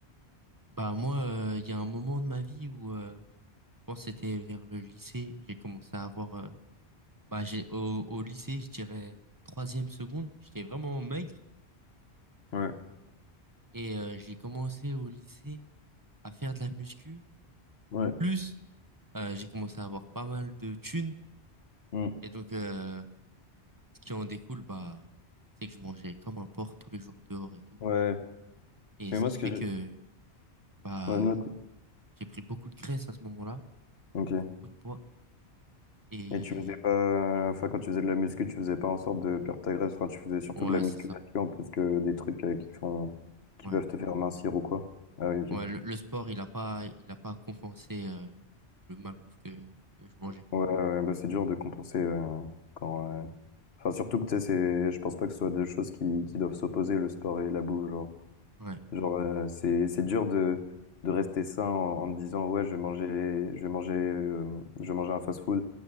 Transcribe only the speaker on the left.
Ouais,
Ouais.
Mm.
Ouais.
Mais
moi,
ce
que j'ai...
Ouais, non, cool.
Ok.
Et tu faisais pas... Enfin, quand tu faisais de la muscu, tu faisais pas en sorte de perdre ta graisse. Enfin, tu faisais surtout
de la musculation
plus que des trucs euh, qui font... qui
peuvent te faire mincir ou quoi. Ah oui, ok.
Ouais, ouais, ouais. bah, c'est dur de compenser euh, quand... euh, Enfin, surtout que, tu sais, c'est... Je pense pas que ce soit deux choses qui, qui doivent s'opposer, le sport et la bouffe, genre.
Genre, euh, c'est, c'est dur de, de rester sain en, en te disant, ouais, je vais manger, je vais manger, euh, je vais manger un fast-food.